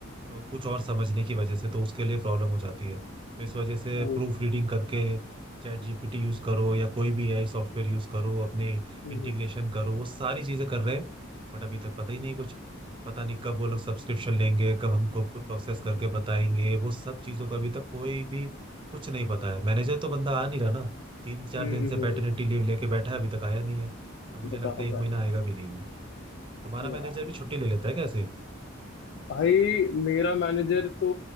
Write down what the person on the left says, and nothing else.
ओ,
हम्म
हम्म
हम्म,
हम्म,
बताओ
भाई
वाह
भाई मेरा मैनेजर तो